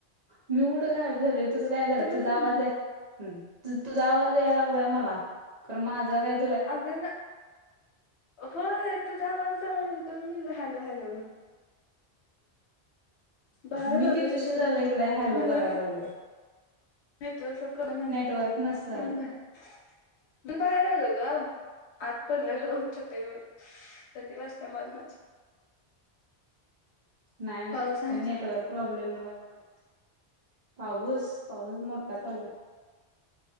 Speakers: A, on the right; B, on the left.
A: मी कुठं गायबं झालोय तुझं कायं
B: आवाजच
A: झालं तुझां
B: आहे
A: आवांज
B: ना
A: आहे तुं तुझां आवांज यांयला लागलांय मलां खरं माझां कांय
B: अगं नां होयं तुझां आवांज चांल म्हणलो हॅलो हॅलो बाहेर
A: मी
B: आलो
A: कितुशी
B: शेवटी
A: झालं
B: उठूंन
A: इकडे हॅलो
B: म्हंण
A: करायला
B: कां नाहीं
A: लागलोय
B: नेटवर्क चां प्रॉब्लेम आहे
A: नेटवर्क
B: कां कायं म्हणलं
A: नसल
B: म्हणूंन बाहेर मी बाहेर आलो गं आंत पडलेलो लोळंत चटईवरं थंडी वाजते मरणांची
A: नाहीं नाहीं
B: पाऊस आहे
A: त्यां नेटवर्कर
B: का?
A: प्रॉब्लेम मुळें पाऊसं पाऊसं मोठां चांलू आहे